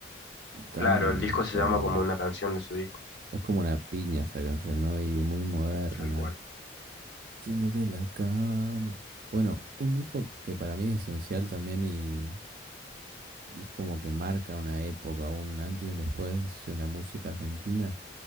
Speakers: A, on the right; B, on the left.
A: tan
B: Claro, el disco se
A: como
B: llama como una canción de su disco,
A: Es como una piña esa canción, ¿no? Y muy moderna.
B: tal cual.
A: Yendo de la cama. Bueno, un disco que para mí es esencial también y, y como que marca una época, un antes y un después en la música argentina,